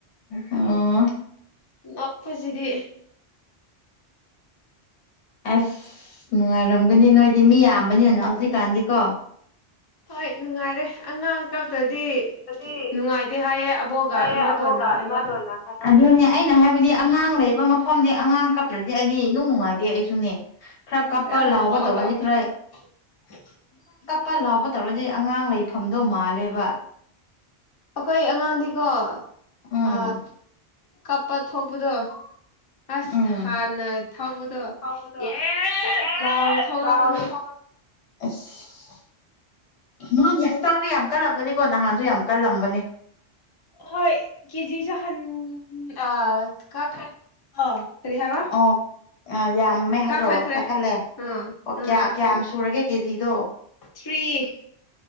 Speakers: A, on the left; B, on the left.
A: ꯑꯣ
B: ꯅꯞꯄꯖꯤꯗꯤ
A: ꯑꯁ ꯅꯨꯡꯉꯥꯏꯔꯝꯒꯅꯤ ꯅꯣꯏꯗꯤ ꯃꯤ ꯌꯥꯝꯕꯅꯤꯅ ꯍꯧꯖꯤꯛꯀꯥꯟꯗꯤꯀꯣ
B: ꯍꯣꯏ ꯅꯨꯡꯉꯥꯏꯔꯦ ꯑꯉꯥꯡ ꯀꯞꯇ꯭ꯔꯗꯤ
A: ꯗꯤ
B: ꯅꯨꯡꯉꯥꯏꯗꯦ ꯍꯥꯏꯌꯦ ꯑꯕꯣꯒ
A: ꯍꯥꯏꯌꯦ
B: ꯏꯃꯥꯇꯣꯟꯅ
A: ꯑꯕꯣꯛꯒ
B: ꯍꯥꯏꯕ
A: ꯏꯃꯥꯇꯣꯟꯅ ꯑꯗꯨꯅꯦ ꯑꯩꯅ ꯍꯥꯏꯕꯗꯤ ꯑꯉꯥꯡ ꯂꯩꯕ ꯃꯐꯝꯗꯤ ꯑꯉꯥꯡ ꯀꯞꯇ꯭ꯔꯗꯤ ꯑꯩꯗꯤ ꯏꯅꯨꯡ ꯅꯨꯡꯉꯥꯏꯗꯦ ꯑꯩꯁꯨꯅꯦ ꯈꯔ ꯀꯞꯄ
B: ꯑ
A: ꯂꯥꯎꯕ
B: ꯂꯥꯛꯑꯣ
A: ꯇꯧꯔꯗꯤ
B: ꯂꯥꯛꯑꯣ
A: ꯈꯔ
B: <inaudible>
A: ꯄꯥ ꯂꯥꯎꯕ ꯇꯧꯔꯗꯤ ꯑꯉꯥꯡ ꯂꯩꯐꯝꯗꯣ ꯃꯥꯜꯂꯦꯕ
B: ꯑꯈꯣꯏ ꯑꯉꯥꯡꯗꯤꯀꯣ
A: ꯎꯝ
B: ꯑ ꯀꯞꯄ ꯊꯣꯛꯕꯗꯣ ꯑꯁ
A: ꯎꯝ
B: ꯍꯥꯟꯅ ꯊꯧꯕꯗꯣ
A: ꯊꯧꯕꯗꯣ
B: ꯑꯦꯠ
A: ꯌꯦꯠ
B: ꯂꯥꯎꯅ ꯊꯧꯔꯛꯄꯅꯤ
A: ꯂꯥꯎꯅ ꯊꯧꯔꯛ ꯑꯁ ꯃꯥꯒꯤ ꯍꯛꯆꯥꯡꯗ ꯌꯥꯝ ꯀꯜꯂꯝꯒꯅꯤꯀꯣ ꯅꯍꯥꯟꯖꯨ ꯌꯥꯝ ꯀꯜꯂꯝꯕꯅꯦ
B: ꯍꯣꯏ ꯀꯦꯖꯤꯁꯨ ꯍꯟ ꯑ ꯀꯈꯔ ꯑ ꯇꯔꯤ ꯍꯥꯏꯕ
A: ꯑꯣ ꯑ ꯌꯥꯝꯃꯦ ꯍꯥꯏꯕ꯭ꯔꯣ
B: ꯀꯥꯈꯠꯈ꯭ꯔꯦ
A: ꯀꯈꯠꯂꯦ
B: ꯑꯥ
A: ꯑꯣ
B: ꯎꯝ
A: ꯀꯌꯥ
B: ꯀꯥꯈꯠꯂꯦ
A: ꯀꯌꯥꯝ ꯁꯨꯔꯒꯦ ꯀꯦꯖꯤꯗꯣ
B: ꯊ꯭ꯔꯤ